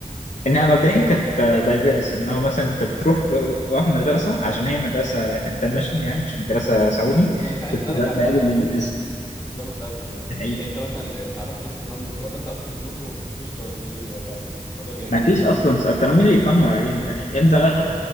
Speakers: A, on the left; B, on the left.
A: إنها مبدئيا كانت دايفيرس إن هو مثلا أنت بتروح بروح مدرسة عشان هي مدرسة انترناشونال يعني مش مدرسة سعودي
B: ما أنا كنت عايز
A: كنت
B: أسألك
A: بقابل
B: على الموضوع ده كنت عايز اسالك الموضوع ده
A: الحقيقة
B: يعني انت مثلا تعرضت للتنمر ولا انت اصلا كلكم ما كنتوش سعوديين ولا مد- الموضوع جاي
A: ما فيش
B: جد
A: اصلا س- ترى مين اللي يتنمر علينا يا ابني ده